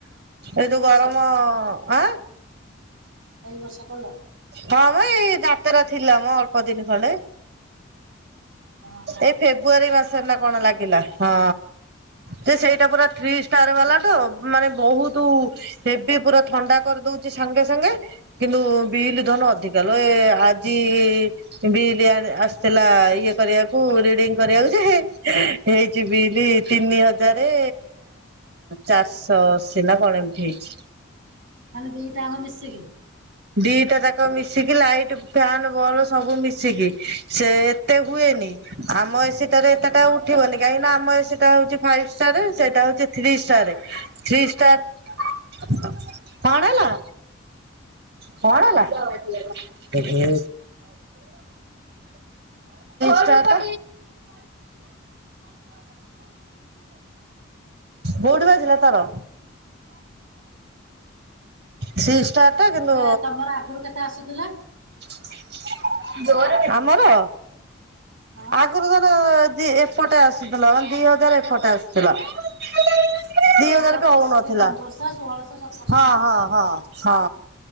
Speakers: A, on the right (about 55°); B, on the right (about 70°).
A: ଏ
B: ଏଇ
A: ଯୋଉ
B: ବର୍ଷ
A: ଗରମ ଆଁ
B: ଏଇ ବର୍ଷ କଲ
A: ହଁ ମ ଏଇ ଯାତ୍ରା ଥିଲା ମ ଅଳ୍ପ ଦିନ ଖଣ୍ଡେ
B: ଓହୋ।
A: ଏଇ ଫେବୃଆରୀ ମାସରେ ନାଁ କଣ ଲାଗିଲା ହଁ। ସେ ସେଇଟା ପୁରା ଥ୍ରୀ ଷ୍ଟାର ବାଲା ତ ମାନେ ବହୁତ ହେବି ପୁରା ଥଣ୍ଡା କରିଦଉଛି ସାଙ୍ଗେ ସାଙ୍ଗେ କିନ୍ତୁ ବିଲ
B: ହଁ
A: ଧନ ଅଧିକାଲୋ ଏ ଆଜି ବିଲ ଆଣି -ଆସିଥିଲା ଇଏ କରିବାକୁ ରିଡିଙ୍ଗ କରିବାକୁ ଯେ ହେଇଛି ବିଲି ତିନି ହଜାରେ ଚାରିଶହ ଅଶି ନା କଣ ଏମିତି ହେଇଛି?
B: ମାନେ ଦିଟା ଆଙ୍କ ମିଶିକି?
A: ଦିଟା ଯାକ ମିଶିକି ଲାଇଟ୍ ଫ୍ୟାନ ବଲ୍ ସବୁ ମିଶିକି ସେ ଏତେ ହୁଏନି। ଆମ ଏସିଟାରେ ଏତେଟା ଉଠିବନି କାହିଁକି ନା ଆମ ଏସିଟା ହଉଛି ଫାଇପ ଷ୍ଟାର ସେଇଟା ହଉଛି ଥ୍ରୀ ଷ୍ଟାରେ। ଥ୍ରୀ ଷ୍ଟାର୍ କଣ ହେଲା? କଣ ହେଲା ହଉ। ଏ ଥ୍ରୀ ଷ୍ଟାରଟା କୋଉଠି ବାଜିଲା ତାର? ଥ୍ରୀ ଷ୍ଟାର୍ ଟା କିନ୍ତୁ
B: ଯେ ତମର ଆଗରୁ କେତେ ଆସୁଥିଲା
A: <inaudible> ଆମର
B: ହଁ।
A: ଆଗରୁ ଧର ଏପଟେ ଆସିୁଥିଲା ମାନେ ଦି ହଜାର ଏପଟେ ଆସୁଥିଲା। ଦି ହଜାରେ
B: ଆଉ ପଚିଶ
A: ବି ହଉନଥିଲା
B: ଏଇ ପନ୍ଦରଶହ ଷୋହଳଶହ ସତରଶହ
A: ହଁ
B: ଏମିତି ଆସେ
A: ହଁ
B: ଆଉ
A: ହଁ। ହଁ।